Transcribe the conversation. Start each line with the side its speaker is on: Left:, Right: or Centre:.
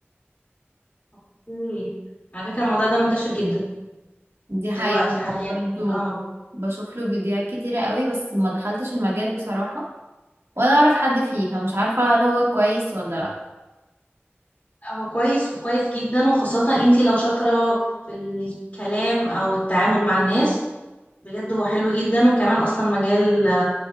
Left: اوكي على فكرة الموضوع ده منتشر جدا
Right: دي
Left: دلوقتي
Right: حقيقة
Left: حاليا يعني
Right: برضو
Left: اه
Right: بشوف له فيديوهات كتيرة قوي بس ما دخلتش المجال بصراحة ولا اعرف حد فيه فمش عارفة هل هو كويس ولا لا
Left: هو كويس وكويس جدا وخاصة انتي لو شاطرة في الكلام او التعامل مع الناس بجد هو حلو جدا وكمان اصلا مجال